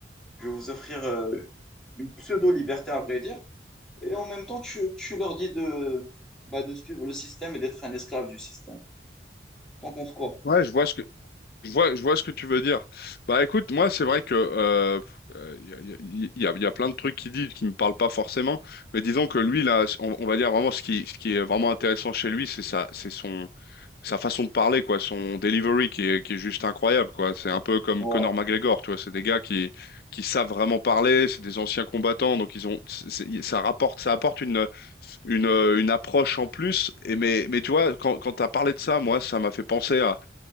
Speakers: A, in the centre; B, on the left (about 55°).
A: je vais vous offrir euh, une pseudo-liberté, à vrai dire. Et en même temps, tu, tu leur dis de, bah, de suivre le système et d'être un esclave du système. T'en penses quoi?
B: Ouais, je vois ce que je vois, je vois ce que tu veux dire. Bah écoute, moi c'est vrai que euh, pff, euh, il y a, il y a- il y a plein de trucs qu'il dit qui me parlent pas forcément, mais disons que lui là, on, on va dire vraiment ce qui ce qui est vraiment intéressant chez lui, c'est ça, c'est son sa façon de parler, quoi, son delivery qui est, qui est juste incroyable, quoi. C'est un peu comme
A: Ouais.
B: Conor McGregor, tu vois. C'est des gars qui, qui savent vraiment parler, c'est des anciens combattants, donc ils ont, c'est- ça rapporte, ça apporte une, une, une approche en plus. Et mais, mais tu vois, quand, quand t'as parlé de ça, moi, ça m'a fait penser à,